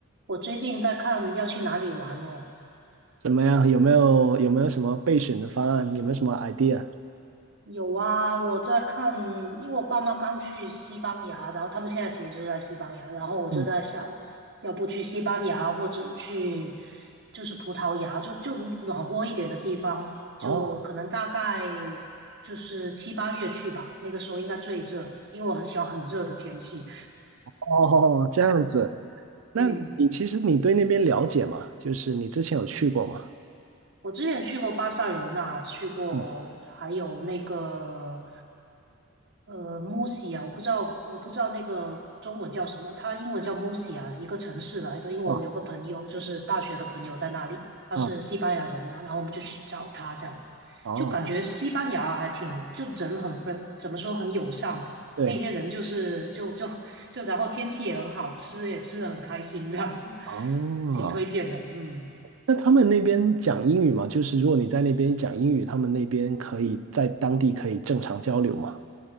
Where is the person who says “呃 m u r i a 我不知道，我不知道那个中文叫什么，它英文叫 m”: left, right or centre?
Right